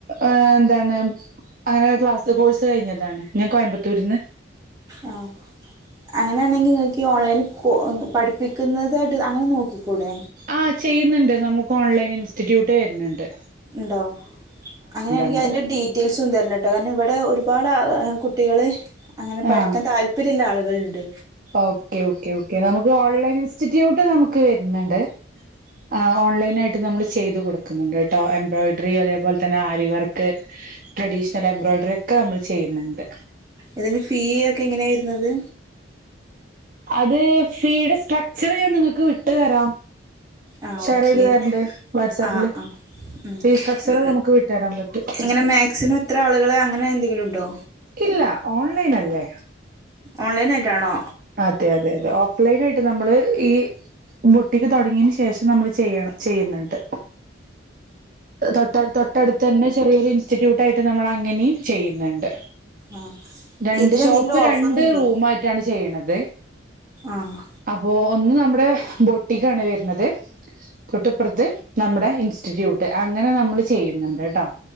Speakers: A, on the right; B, on the right.
A: ഏ എന്താണ് അങ്ങനൊരു ക്ലാസ്ത്തെ കോഴ്സ് കഴിഞ്ഞതാണ് ഞാൻ കോയമ്പത്തൂര്ന്ന്
B: ആ അങ്ങനെയാണെങ്കി ഇങ്ങൾക്ക് ഈ ഓൺലൈൻ കൊ പഠിപ്പിക്കുന്നതായിട്ട് അങ്ങനെ നോക്കിക്കൂടെ
A: ആ ചെയ്യുന്നുണ്ട് നമു ഓൺലൈൻ ഇൻസ്റ്റിറ്റ്യൂട്ട് വെര്ണ്ണ്ട്
B: ണ്ടോ അങ്ങനെയാണെങ്കിൽ
A: ഉണ്ട്
B: അതിന്റെ ഡീറ്റെൽസ് തൊന്ന് തരണം ട്ടോ കാരണം ഇവിടെ ഒരുപാട് ആ കുട്ടികള് അങ്ങനെ പഠിക്കാൻ
A: ആ
B: താല്പര്യം ള്ള ആള് കൾണ്ട്
A: ഓക്കെ ഓക്കേ ഓക്കെ നമുക്ക് ഓൺലൈൻ ഇൻസ്റ്റിറ്റ്യൂട്ട് നമുക്ക് വരുന്നുണ്ട് ആ ഓൺലൈൻ ആയിട്ട് നമ്മൾ ചെയ്ത് കൊടുക്കുന്നുണ്ട് ട്ടോ എംബ്രോയ്ഡറി അതേപോലെ തന്നെ ആരിവർക്ക് ട്രഡീഷണൽ എംബ്രോയിഡറി ഒക്കെ നമ്മൾ ചെയ്യുന്നുണ്ട്
B: ഇതിന് ഫീ ഒക്കെ എങ്ങനെയാ വരുന്നത്
A: അത് ഫീ ടെ സ്ട്രക്ചർ ഞാൻ നിങ്ങക്ക് വിട്ടു തരാം
B: ആ
A: ഷെയർ
B: ഓക്കെ
A: ചെയ്ത് തരണ്ട് വാട്സാപ്പില്
B: ആ ആ ഉം
A: ഫീ സ്ട്രക്ചർ
B: ഉം
A: നമുക്ക് വിട്ടുതരാൻ പറ്റും
B: എങ്ങനെ മാക്സിമം എത്ര ആളുകളെ അങ്ങനെ എന്തെങ്കിലും ഉണ്ടോ
A: ഇല്ല ഓൺലൈൻ അല്ലേ
B: ഓൺലൈനായിട്ടാണോ
A: അതെ അതെ അതെ ഓഫ്‌ലൈൻ ആയിട്ട് നമ്മള് ഈ ബോട്ടിക് തുടങ്ങിയയിന് ശേഷം നമ്മൾ ചെയ്യണം ചെയ്യുന്നുണ്ട് തൊട്ട തൊട്ടടുത്ത് തന്നെ ചെറിയൊരു ഇൻസ് ഇൻസ്റ്റിറ്റ്യൂട്ടായിട്ട് നമ്മൾ അങ്ങനെയും ചെയ്യുന്നുണ്ട്
B: ആഹ്
A: രണ്ട്
B: ഇതിനെന്തെങ്കിലും
A: ഷോപ്പ്
B: ഓഫറുണ്ടോ
A: രണ്ട് റൂമായിട്ടാണ് ചെയ്യണത്
B: ആഹ്
A: അപ്പോ ഒന്ന് നമ്മുടെ ബോട്ടിക്കാണ് വരുന്നത് തൊട്ടിപ്പുറത്ത് നമ്മുടെ ഇൻസ്റ്റിറ്റ്യൂ ട്ട് അങ്ങനെ നമ്മൾ ചെയ്യുന്നുണ്ട് ട്ടോ